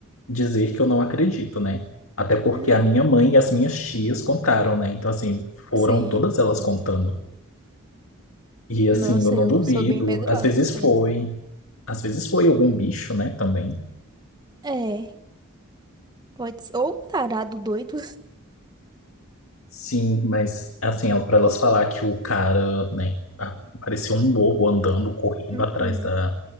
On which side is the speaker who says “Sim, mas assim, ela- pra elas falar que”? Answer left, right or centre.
Left